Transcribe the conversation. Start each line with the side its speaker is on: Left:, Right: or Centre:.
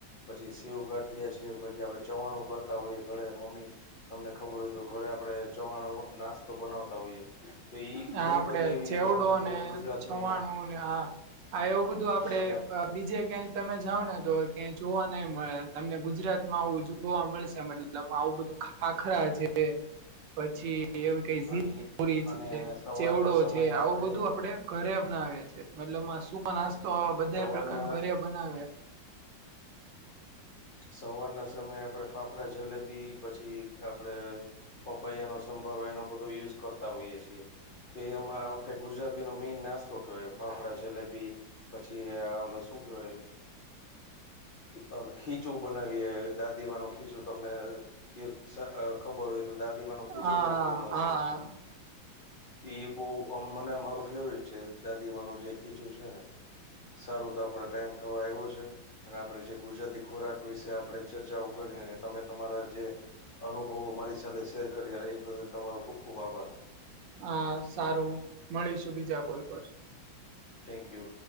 Left: પછી સેવ-ગાંઠીયા છે પછી આપડે ચવાણું કરતા હોઈએ ઘરે મમ્મી તમને ખબર હોય તો ઘરે આપડે ચવાણુ નાસ્તો બનાવતા હોઈએ. તો ઈ
Right: હા,
Left: ઘણી
Right: આપડે
Left: બધી એવી
Right: ચેવડોને
Left: વાનગીઓ ગુજરાતીમાં
Right: છવાણુંને આ આ એવું બધું આપડે
Left: અને
Right: અ બીજે ક્યાય તમે જાવ ને તો કયાય જોવા નઈ મળે તમને ગુજરાત એમાં આવું જોવા મળશે મતલબ આવું બધું ખાખરા છે, પછી એવી કે ઝી
Left: અને અને સવારના
Right: ચેવડો
Left: સમયે
Right: છે,
Left: આપણે
Right: આવું બધું આપડે ઘરે બનાવે છે, મતલબમાં સૂકા નાસ્તો આવા બધાય
Left: સવારના
Right: પ્રકાર ઘરે બનાવે.
Left: સવારના સમયે આપડે ફાફડા-જલેબી પછી આપડે પપૈયાનો સંભારો એનો બધો યુઝ કરતા હોઈએ છીએ. તે એમાં આપડે ગુજરાતીનો મેઈન નાસ્તો કહેવાય ફાફડા-જલેબી પછી આ ઓલુ શું કેવાય, ખી ઓલુ ખી ચું બનાવીએ દાદીમાનું ખીચું તમને સ અ ખબર હોય તો દાદીમાનું ખીચુ
Right: હા
Left: બઉ ફેમસ
Right: હા
Left: શે. ઈ બહ મને અમારું ફેવરિટ છે દાદી મનું જે ખીચું છે ને. સારો તો આપડા ટાઈમ થવા આવ્યો છે અને આપડે જે ગુજરાતી ખોરાક વિશે આપે ચર્ચાઓ કરીને તમે તમારા જે અનુભવો મારી સાથે શેર કરી એ બદલ તમારો ખુબ ખુબ આભાર.
Right: હા સારું મળીશું બીજા કોઈ પર.
Left: Thank you.